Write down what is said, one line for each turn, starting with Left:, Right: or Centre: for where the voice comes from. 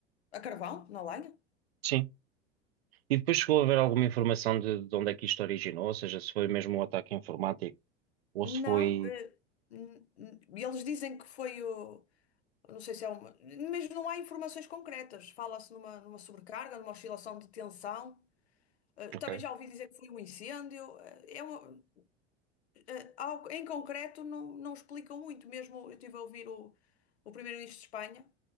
Left: a carvão, na lenha.
Right: Sim. E depois chegou a haver alguma informação de, de onde é que isto originou, ou seja, se foi mesmo um ataque informático ou
Left: Não,
Right: se foi.
Left: eh, n- n- eles dizem que foi o. Não sei se é uma. Mas não há informações concretas. Fala-se numa, numa sobrecarga, numa oscilação de tensão. Eh,
Right: Ok.
Left: Também já ouvi dizer que foi um incêndio. Eh, É uma- eh, ao- em concreto, não, não explicam muito. Mesmo eu estive a ouvir o, o primeiro-ministro de Espanha.